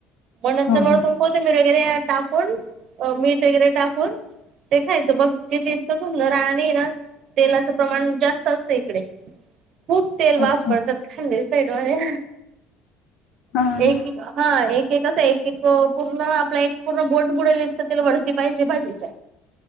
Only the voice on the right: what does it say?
नंतर
वगैरे
टाकून मीठ वगैरे टाकून, ते खायचं बघ कितीतकं सुंदर आणि ना, तेलाचं प्रमाण जास्त असतं इकडे. खूप तेल वापरत
खांदी साईड मध्ये.
एक हा एक. कसं एक पूर्ण आपला एक पूर्ण बोट बुडेल इतकं तेल पाहिजे भाजीच्या